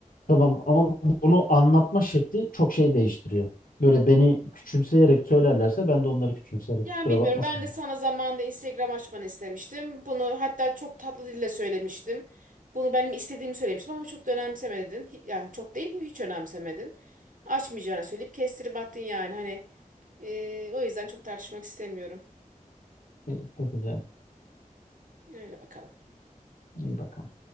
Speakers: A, on the left; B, on the right.
A: tamam ama bunu anlatma şekli çok şey değiştiriyor. Böyle beni küçümseyerek söylerlerse ben de onları küçümseyerek
B: Yani
A: kusura
B: bilmiyorum.
A: bakmasın.
B: Ben de sana zamanında Instagram açmanı istemiştim. Bunu hatta çok tatlı dille söylemiştim. Bunu benim istediğimi söylemiştim ama çok da önemsemedin. Hi- Yani çok değil, hiç önemsemedin. Açmayacağını söyleyip kestirip attın yani. Hani e, o yüzden çok tartışmak istemiyorum.
A: İyi, peki canım.
B: Öyle bakalım.
A: İyi bakalım.